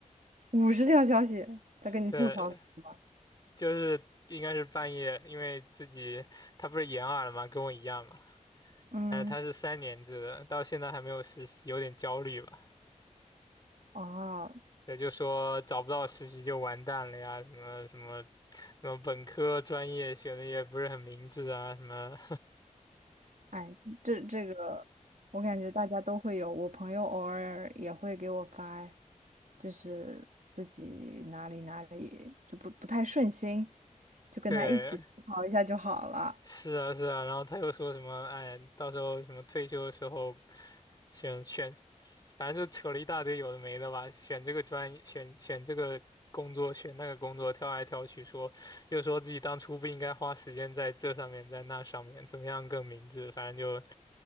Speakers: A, on the right; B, on the left.
A: 五十条消息在跟你吐槽什么？
B: 对，就是应该是半夜，因为自己他不是延二了嘛，跟我一样嘛。
A: 嗯，
B: 哎，他是三年制的，到现在还没有实习，有点焦虑吧？
A: 哦，
B: 也就说找不到实习就完蛋了呀，什么什么什么本科专业选的也不是很明智啊，什么，
A: 哎，这这个我感觉大家都会有，我朋友偶尔也会给我发，就是自己哪里哪里就不不太顺心，就跟他一起吐槽一下就好了。
B: <laughs> 对，是啊，是啊，然后他又说什么，哎，到时候什么退休的时候选选，反正就扯了一大堆有的没的吧，选这个专业，选选这个工作，选那个工作，挑来挑去说，又说自己当初不应该花时间在这上面，在那上面，怎么样更明智，反正就